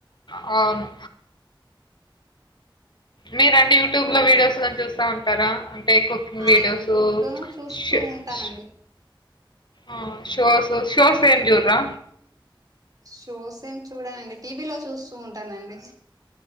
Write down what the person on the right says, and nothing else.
ఆ
యూట్యూబ్ లోను చూస్తూ
ఉంటానండి
షోస్ ఏం చూడనండి టీవీ లో చూస్తూ ఉంటానండి